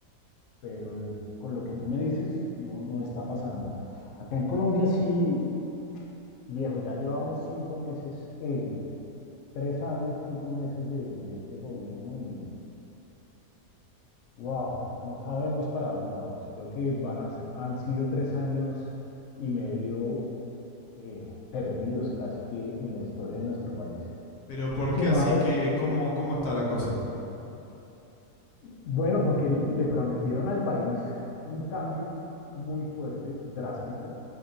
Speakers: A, on the left; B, on the left.
A: pero con lo que tú me dices, no, no está pasando. Acá en Colombia sí, viejo, ya llevamos cinco meses, eh, tres años, cinco meses de, de este gobierno y wow, no sabemos para dónde vamos. Creo que van a s- han sido tres años y medio eh, perdidos casi que en la historia de nuestro país.
B: Pero ¿por
A: Sumados
B: qué así? ¿Qué, cómo, ¿Cómo está la cosa?
A: Bueno, porque le prometieron al país un cambio muy fuerte, drástico,